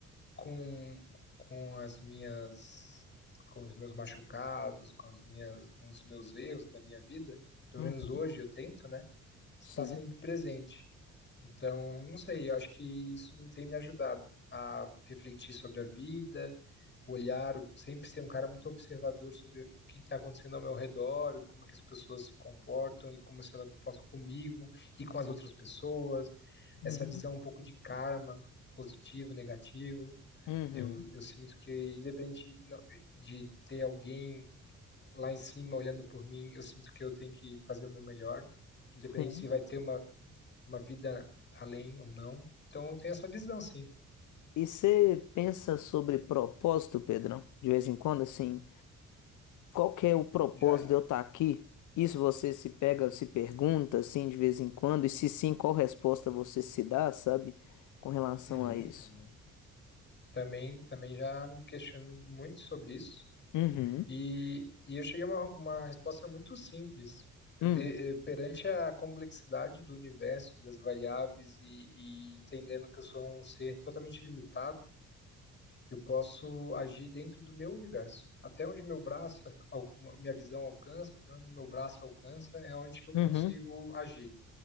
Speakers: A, on the left (about 35°); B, on the left (about 75°).
A: com, com as minhas, com os meus machucados, com as minhas, com os meus erros da minha vida, pelo
B: Uhum.
A: menos hoje eu tento, né, estar
B: Sim.
A: sempre presente. Então, não sei, eu acho que isso tem me ajudado a refletir sobre a vida, olhar, sempre ser um cara muito observador sobre o que está acontecendo ao meu redor, como é que as pessoas se comportam e como se elas comportam comigo e com as outras pessoas, essa
B: Uhum.
A: visão um pouco de karma, positivo, negativo.
B: Uhum.
A: Eu, eu sinto que, independente no- de ter alguém lá em cima olhando por mim, eu sinto que eu tenho que fazer o meu melhor, independente
B: Sim.
A: se vai ter uma, uma vida além ou não. Então, eu tenho essa visão, sim.
B: E você pensa sobre propósito, Pedrão? De vez em quando, assim, qual que é o propósito
A: Já,
B: de eu estar aqui? Isso você se pega, se pergunta, assim, de vez em quando, e se sim, qual resposta você se dá, sabe? Com relação
A: uhum,
B: a isso.
A: também, também, também já me questiono muito sobre isso.
B: Uhum.
A: E, e eu cheguei a uma, uma resposta muito simples.
B: Uhum.
A: De, eh, perante a complexidade do universo, das variáveis e, e entendendo que eu sou um ser totalmente limitado Eu posso agir dentro do meu universo. Até onde meu braço, al- minha visão alcança, até onde meu braço alcança, é onde que eu consigo
B: Uhum.
A: agir.